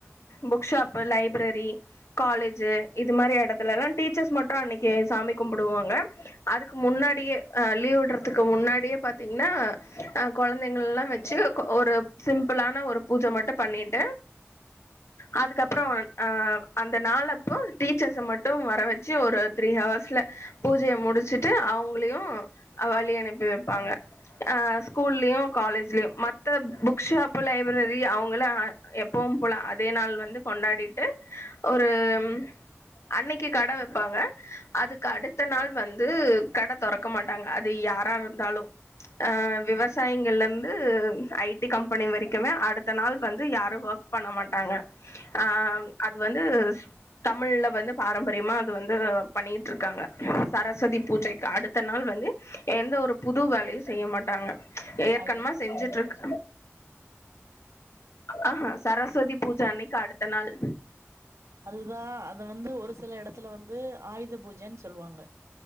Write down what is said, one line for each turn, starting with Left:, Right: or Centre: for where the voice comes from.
Left: book shop library college இது மாரி இடத்துலலா டீச்சர்ஸ் மட்டும் அன்னைக்கு சாமி கும்பிடுவாங்க அதுக்கு முன்னாடியே அ லீவு விடுறதுக்கு முன்னாடியே பாத்தீங்கன்னா அ கொழந்தைங்கல்லா வச்சு ஒரு சிம்பிளான ஒரு பூஜ மட்டும் பண்ணிட்டு அதுக்கப்புறம் அந்த நாள் அப்போ டீச்சர்ஸ மட்டும் வர வச்சு ஒரு த்ரீ ஹவர்ஸ்ல பூஜைய முடிச்சுட்டு அவுங்களையும் வழி அனுப்பி வைப்பாங்க ஆ ஸ்கூல்லயும் காலேஜ்லயும் மத்த புக் ஷாப் ல பிப்ரரி அவுங்கல்லா எப்பவும் போல அதே நாள் வந்து கொண்டாடிட்டு ஒரு ம் அன்னைக்கு கடை வப்பாங்க அதுக்கு அடுத்த நாள் வந்து கட தொறக்க மாட்டாங்க அது யாரா இருந்தாலும் ஆ விவசாயிங்கள்ல இருந்து ஐடி கம்பெனி வரைக்கு குமே அடுத்த நாள் வந்து யாரும் வொர்க் பண்ண மாட்டாங்க அ அது வந்து தமிழ்ல வந்து பாரம்பரியமா அது வந்து பண்ணிட்டு இருக்காங்க சரஸ்வதி பூஜைக்கு அடுத்த நாள் வந்து எந்த ஒரு புது வேலையும் செய்ய மாட்டாங்க ஏற்கனமா
Right: ஆயுத பூஜ
Left: செஞ்சுட்டு
Right: அன்னைக்கி
Left: இருக் ஆ ஹா சரஸ்வதி பூஜ அன்னைக்கு அடுத்த நாள்
Right: அதுதா அத வந்து ஒரு சில இடத்துல வந்து ஆய்த பூஜன் சொல்லுவாங்க